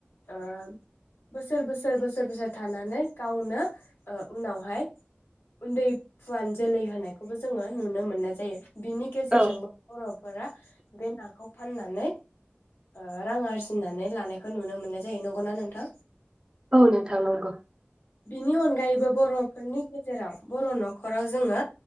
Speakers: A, on the left; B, on the right.
A: ओ बोसोर बोसोर बोसोर बोसोर थानानै गावनो ओ उनावहाय उन्दै फुवान जोलै होनायखौबो जोङो नुनो मोननाय जायो। बिनि गेजेरजोंबो
B: औ
A: बर'फोरा बे नाखौ फाननानै ओ रां आरजिनानै लानायखौ नुनो मोननाय जायो नंगौना नोंथां?
B: औ नोंथां नोंगौ।
A: बिनि अनगायैबो बर'फोरनि गेजेराव बर' न'खराव जोङो